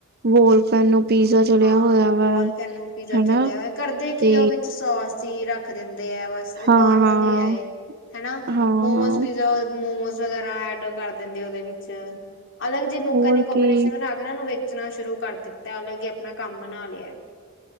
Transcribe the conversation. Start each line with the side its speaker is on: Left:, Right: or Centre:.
Right: ਵੋਲਕੈਨੋ ਪੀਜ਼ਾ ਚਲਿਆ
Left: ਹਾਂ
Right: ਹੋਯਾ ਵਾ
Left: ਵੋਲਕੈਨੋ ਪੀਜ਼ਾ
Right: ਹਨਾ
Left: ਚੱਲਿਆ ਹੋਯ ਕਰਦੇ ਕੀ
Right: ਤੇ
Left: ਆ ਓ ਵਿੱਚ ਸੋਸ ਈ ਰੱਖ ਦਿੰਦੇ ਆ ਬਸ ਤੇ ਨੋਰਮਲ
Right: ਹਾਂ-ਹਾਂ,
Left: ਈ ਐ ਏ ਹੈਨਾ
Right: ਹਾਂ-ਹਾਂ
Left: ਮੋਮੋਸ ਪੀਜ਼ਾ ਮੋਮੋਸ ਵਗੈਰਾ ਐਡ ਕਰ ਦਿੰਦੇ ਓਦੇ ਵਿੱਚ ਅਲੱਗ ਜੀ ਲੁਕ
Right: ਹੋਰ
Left: ਐਂਡ ਕੋਬੀਨੇਸ਼ਨ
Right: ਕੀ
Left: ਬਣਾ ਫ਼ੇਰ ਏਨਾਂ ਨੂੰ ਵੇਚਣਾ ਸ਼ੁਰੂ ਕਰ ਦਿੱਤਾ ਅਲੱਗ ਈ ਆਪਣਾ ਕੰਮ ਬਨਾ ਲਯਾ।